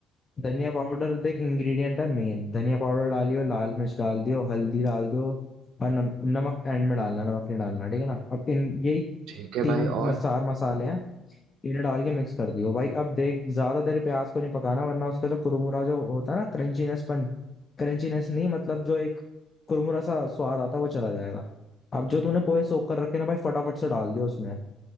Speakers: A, on the left (about 35°); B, on the right (about 80°).
A: धनिया पाउडर देख इंग्रेडिएंट है मेन धनिया पाउडर डालियो लाल मिर्च डाल दियो हल्दी डाल दियो और नम, नमक एंड में डालना नमक नहीं डालना ठीक है ना अब इन यही
B: ठीक है
A: तीन
B: भाई और
A: मस- चार मसाले हैं इन्हें डाल के मिक्स कर दियो भाई अब देख ज्यादा देर प्याज को नहीं पकाना वरना उसका जो कुरमुरा जो होता है ना क्रंचीनेसपन क्रंचीनेस नहीं मतलब जो एक कुरमुरा सा स्वाद आता है वो चला जाएगा अब जो तूने पोहे सोख कर रखे ना भाई फटाफट से डाल दियो उसमें